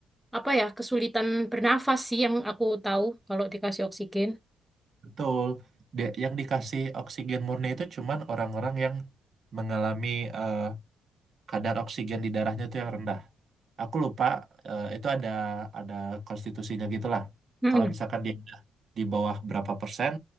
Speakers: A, in the centre; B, on the right.
A: apa ya kesulitan bernafas sih yang aku tahu kalau dikasih oksigen.
B: betul. Dia- yang dikasih oksigen murni itu cuman orang-orang yang mengalami eh, kadar oksigen di darahnya itu yang rendah. aku lupa eh, itu ada ada konstitusinya gitulah.
A: Mm.
B: Kalau misalkan dia udah di bawah berapa persen